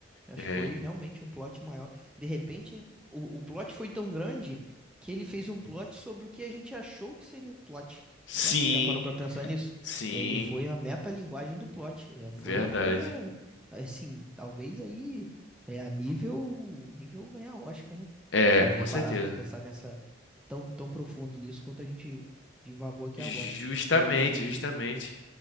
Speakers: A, in the centre; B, on the left (about 70°).
A: Acho
B: É,
A: que foi realmente um plot maior. De repente, o, o plot foi tão grande que ele fez um plot sobre o que a gente achou que seria o plot,
B: sim,
A: né? Já parou pra pensar nisso?
B: sim,
A: Ele foi a metalinguagem do plot. É, foi
B: verdade.
A: uma coisa, assim, talvez aí é, a nível, nível ganhar Oscar, né?
B: É,
A: Se alguém
B: com certeza.
A: parasse pra pensar nessa tão, tão profundo nisso quanto a gente divagou aqui
B: Justamente,
A: agora. O...
B: justamente.